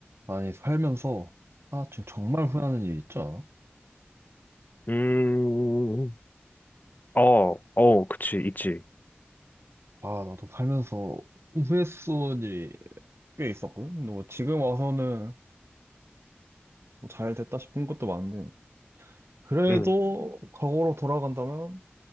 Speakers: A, on the right; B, on the left.
A: 아니, 살면서, 아, 지금 정말 후회하는 일이 있죠?
B: 음, 어, 어, 그치, 있지.
A: 아, 나도 살면서 후회스러운 일이 꽤 있었거든? 근데 뭐 지금 와서는 뭐 잘 됐다 싶은 것도 많은데, 그래도
B: 응,
A: 과거로 돌아간다면,